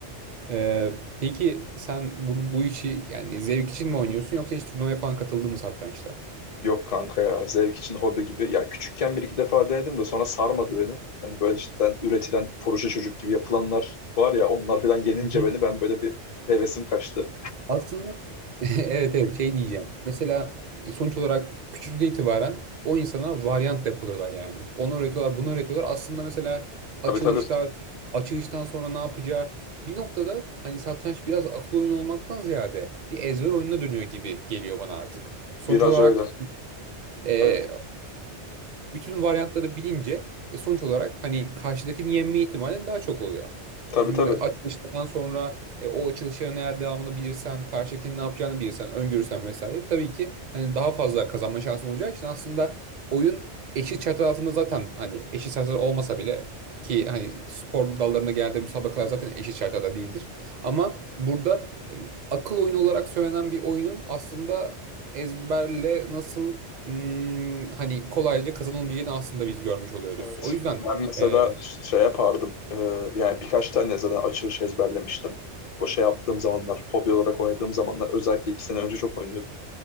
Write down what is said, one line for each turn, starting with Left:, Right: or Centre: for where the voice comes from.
Right: Ee, peki sen bunu bu işi yani zevk için mi oynuyorsun yoksa hiç turnuvaya falan katıldın mı satrançta?
Left: Yok kanka ya zevk için hobi gibi. Ya küçükken bir iki defa denedim de sonra sarmadı beni. Hani böyle cidden üretilen proje çocuk gibi yapılanlar var ya onlar falan yenince
Right: <laughs>
Left: beni ben böyle bir hevesim kaçtı.
Right: Aslında <laughs> evet evet şey diyeceğim. Mesela e, sonuç olarak küçüklükten itibaren o insana varyant depoluyorlar yani. Onu öğretiyorlar, bunu öğretiyorlar. Aslında mesela
Left: Tabii
Right: açılışlar,
Left: tabii
Right: açılıştan sonra ne yapacağı bir noktada hani satranç biraz akıl oyunu olmaktan ziyade bir ezber oyununa dönüyor gibi geliyor bana artık. Sonuç
Left: biraz
Right: olarak
Left: öyle.
Right: e,
Left: Evet.
Right: bütün varyantları bilince e, sonuç olarak hani karşıdakini yenme ihtimalin daha çok oluyor.
Left: Tabii
Right: Şimdi
Left: tabii.
Right: açılıştan sonra e, o açılışların eğer devamını bilirsen, karşıdakinin ne yapacağını bilirsen, öngörürsen vesaire tabii ki hani daha fazla kazanma şansın olacağı için aslında oyun eşit çatı altında zaten hani eşit çatı olmasa bile ki hani spor dallarında genelde müsabakalar zaten eşit şartlarda değildir. Ama burada e, akıl oyunu olarak söylenen bir oyunun aslında ezberle nasıl hmm, hani kolayca kazanılmayacağını aslında biz görmüş oluyoruz.
Left: Evet.
Right: O yüzden
Left: Ben mesela
Right: e,
Left: şey yapardım. e, yani birkaç tane zaten açılış ezberlemiştim. O şey yaptığım zamanlar, hobi olarak oynadığım zamanlar özellikle iki sene önce çok oynuyordum.